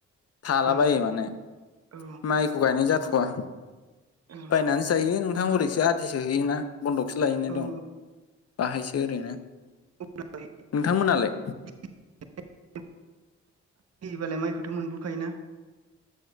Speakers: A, on the left; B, on the right.
A: थालाबायो
B: ओं
A: माने
B: औ
A: माइखौ गायनाय जा थ'आ।
B: ओं
A: नानै जायो नोंथां ओरैसो आदिसो होयोना बन्दकसो लायैनाय
B: औ
A: दं। बाहायसो आरोना
B: अब्ला
A: नोंथांमोनहालाय?
B: <unintelligible> होयोबालाय माइखौथ' मोनबोखायोना।